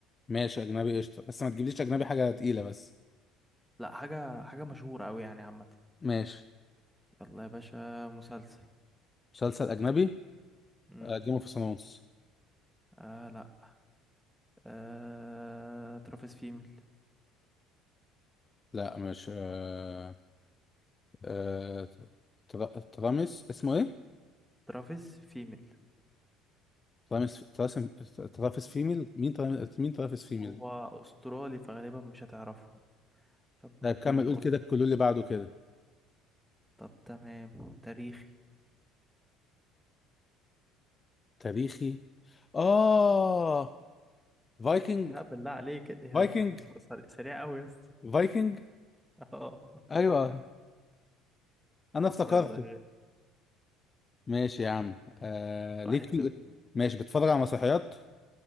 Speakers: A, on the left (about 20°); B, in the centre.
A: ماشي اجنبي قشطه بس ما تجيبليش اجنبي حاجه تقيله بس
B: لا حاجه حاجه مشهوره قوي يعني عامه
A: ماشي
B: يلا يا باشا مسلسل
A: مسلسل أجنبي
B: امم
A: جيم اوف ثرونز
B: آه لا آه ترافيس فيميل
A: لا مش آه... آه... ترا- ترامس اسمه ايه؟
B: ترافيس فيميل
A: ترامس تراسم ترافس فيميل مين ترا- مين ترافس فيميل
B: هو
A: ده؟
B: أسترالي فغالبا مش هتعرفه طب ممكن
A: طيب كمل
B: نقول
A: قول كده الكلو اللي بعده كده
B: طب تمام تاريخي
A: تاريخي اه فايكنج
B: لا بالله عليك إيه
A: فايكنج
B: انت مش سريع سريع قوي يا اسطى
A: فايكنج
B: اه
A: ايوه
B: <laughs>
A: انا افتكرته
B: يلا يا غالي.
A: ماشي يا عم آه... ليك
B: واحد
A: في
B: صفر
A: ماشي بتتفرج على مسرحيات؟